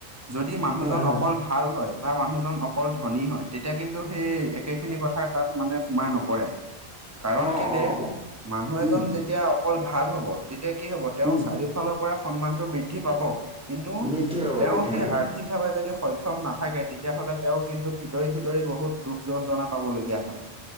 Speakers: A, on the right (about 25°); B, in the centre.
A: যদি মানুহজন
B: হয় হয়
A: অকল ভাল হয় বা মানুহজন অকল ধনী হয় তেতিয়া কিন্তু সেই একেখিনি কথাই তাত মানে সোমাই নপৰে কাৰণ
B: অ
A: কেলে
B: অ
A: মানুহ এজন
B: উম
A: যেতিয়া অকল ভাল হব তেতিয়া কি হব তেওঁ
B: উম।
A: চাৰিওফালৰ পৰা সন্মানটো বৃদ্ধি পাব, কিন্তু
B: বৃদ্ধি পাব
A: তেওঁ
B: বৃদ্ধি
A: সেই
B: পাব
A: আৰ্থিক সঠিকভাৱে যদি সক্ষম নাথাকে তেতিয়াহ'লে তেওঁ কিন্তু ভিতৰি ভিতৰি বহুত দুখ যন্ত্ৰণা পাবলগীয়া হয়।